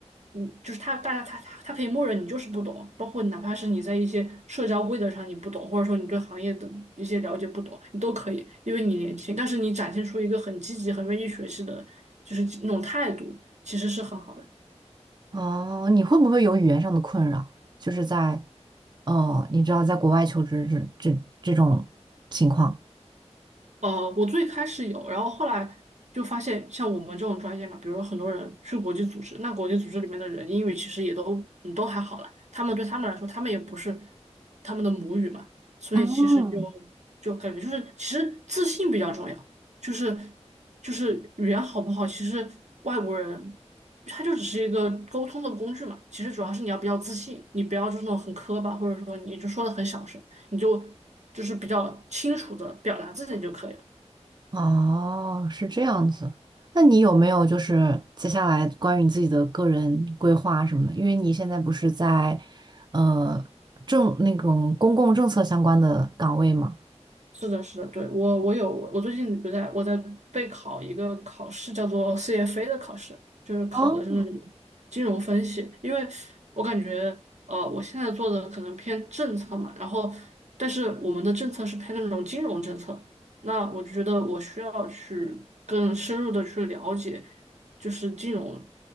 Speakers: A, on the right; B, on the right.
A: 嗯，就是他大家他他他可以默认你就是不懂，包括哪怕是你在一些社交规则上你不懂，或者说你对行业的一些了解不懂，你都可以，因为你年轻，但是你展现出一个很积极、很愿意学习的，就是那种态度，其实是很好的。
B: 哦，你会不会有语言上的困扰？就是在，哦，你知道，在国外求职这这这种情况。
A: 呃，我最开始有，然后后来就发现，像我们这种专业嘛，比如说很多人去国际组织，那国际组织里面的人英语其实也都嗯都还好了，他们对他们来说，他们也不是他们的母语嘛，所以其实就
B: 嗯
A: 就感觉就是其实自信比较重要，就是就是语言好不好，其实外国人他就只是一个沟通的工具嘛，其实主要是你要比较自信，你不要就是那种很磕巴，或者说你就说的很小声。你就就是比较清楚的表达自己就可以了。
B: 哦，是这样子。那你有没有就是接下来关于你自己的个人规划什么的？因为你现在不是在呃政那种公共政策相关的岗位吗？
A: 是的，是的，对，我我有我最近不在我在备考一个考试，叫做 CFA 的考试，就是考的是那种金融分析。
B: 哦
A: 因为我感觉，呃，我现在做的可能偏政策嘛，然后但是我们的政策是偏那种金融政策，那我就觉得我需要去更深入的去了解，就是金融